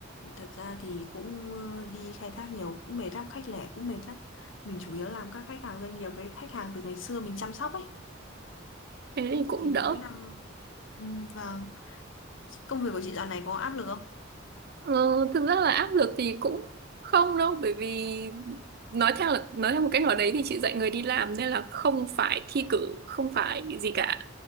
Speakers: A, on the left; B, on the right.
A: Thật ra thì cũng ờ, đi khai thác nhiều cũng mệt lắm, khách lẻ cũng mệt lắm. Mình chủ yếu làm các khách hàng doanh nghiệp với khách hàng từ ngày xưa mình chăm sóc ấy.
B: Thế thì cũng
A: Thì
B: đỡ.
A: mỗi năm Ừ, vâng Công việc của chị dạo này có áp lực không?
B: Ờ, thực ra là áp lực thì cũng không đâu bởi vì nói theo là nói theo một cách nào đấy thì chị dạy người đi làm nên là không phải thi cử, không phải gì cả.